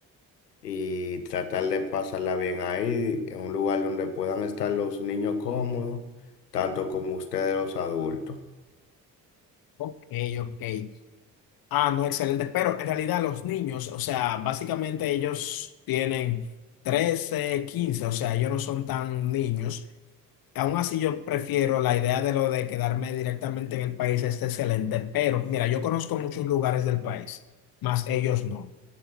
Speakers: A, on the left (about 85°); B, on the left (about 50°).
A: y tratar de pasarla bien ahí, en un lugar donde puedan estar los niños cómodos, tanto como ustedes los adultos.
B: Ok, ok. Ah, no, excelente. Pero en realidad los niños, o sea, básicamente ellos tienen 13, 15, o sea, ellos no son tan niños. Aún así yo prefiero la idea de lo de quedarme directamente en el país, es excelente. Pero mira, yo conozco muchos lugares del país, más ellos no.